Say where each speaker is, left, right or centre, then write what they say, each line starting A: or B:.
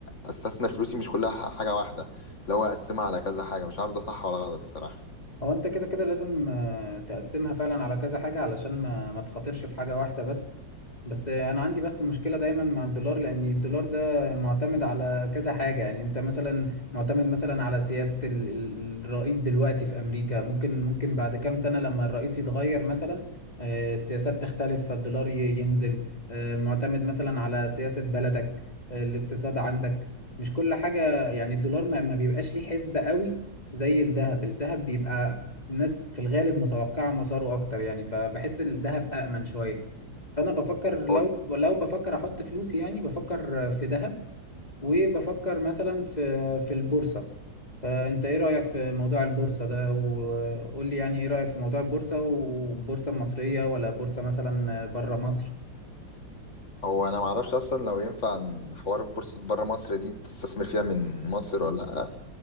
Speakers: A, on the left (about 40°); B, on the left (about 20°).
A: استثمر فلوسي مش كلها ح- حاجه واحده اللي هو اقسمها على كذا حاجه مش عارف ده صح ولا غلط الصراحه
B: هو انت كده كده لازم آه، تقسمها فعلا على كذا حاجة علشان ما ما تخاطرش في حاجة واحدة بس بس آه، انا عندي بس مشكلة دايما مع الدولار لان الدولار ده معتمد على كذا حاجة يعني انت مثلا معتمد مثلا على سياسة ال- ال- الرئيس دلوقتي في امريكا ممكن ممكن بعد كام سنة لما الرئيس يتغير مثلا آه، السياسات تختلف فالدولار ي- ينزل آه، معتمد مثلا على سياسة بلدك آه، الاقتصاد عندك مش كل حاجة يعني الدولار ما ما بيبقاش ليه حسبة قوي زي الذهب الذهب بيبقى الناس في الغالب متوقعة مساره أكتر يعني فبحس الذهب أأمن شوية فأنا بفكر لو
A: هو
B: لو بفكر أحط فلوسي يعني بفكر في ذهب وبفكر مثلا في في البورصة فأنت إيه رأيك في موضوع البورصة ده وقول لي يعني إيه رأيك في موضوع البورصة والبورصة المصرية ولا بورصة مثلا بره مصر
A: هو انا ما اعرفش اصلا لو ينفع إن حوار بورصه بره مصر دي تستثمر فيها من مصر ولا لا